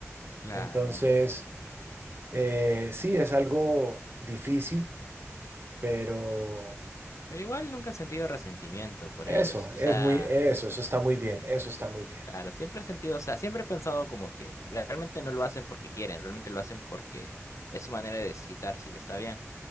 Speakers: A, on the left; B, on the right.
A: claro.
B: Entonces, eh, sí, es algo difícil, pero
A: Pero igual nunca he sentido resentimiento por
B: eso,
A: ellos. O
B: es
A: sea,
B: muy, eso, eso está muy bien, eso está muy bien.
A: Claro, siempre he sentido, o sea, siempre he pensado como que realmente no lo hacen porque quieren, realmente lo hacen porque es su manera de desquitarse y está bien.